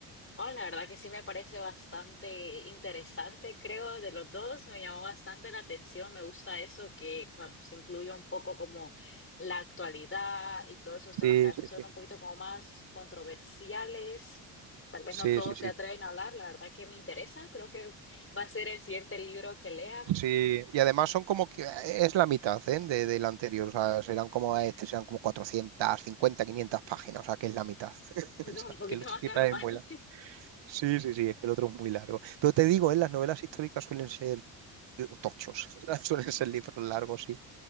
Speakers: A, on the left; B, on the right.
A: Oh, la verdad que sí me parece bastante interesante, creo, de los dos. Me llamó bastante la atención. Me gusta eso que cuan- se incluye un poco como la actualidad y todos esos temas
B: Sí,
A: que a veces
B: sí,
A: son
B: sí.
A: un poquito como más controversiales. Tal vez
B: Sí,
A: no todos
B: sí, sí.
A: se atreven a hablar. La verdad que me interesa. Creo que va a ser el siguiente libro que lean.
B: Sí, y además son como que eh, es la mitad, ¿eh? de, del anterior, o sea, serán como este, serán como cuatrocientas, cincuenta, quinientas páginas, o sea, que es la mitad. <laughs>
A: Algo
B: O sea,
A: <laughs> un poquito
B: que el otro
A: más
B: quizás
A: normal.
B: es muy
A: <laughs>
B: largo. Sí, sí, sí, es que el otro es muy largo. Pero te digo, ¿eh? Las novelas históricas suelen ser eh, tochos, <laughs> suelen ser libros largos, sí.